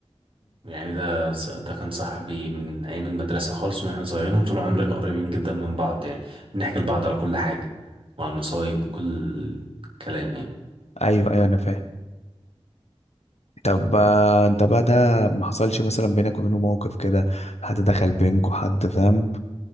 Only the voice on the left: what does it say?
ايوه ايوه انا فاهم طب آه، انت بقى ده ما حصلش مثلا بينك وبينه موقف كده حد دخل بينكوا حد فاهم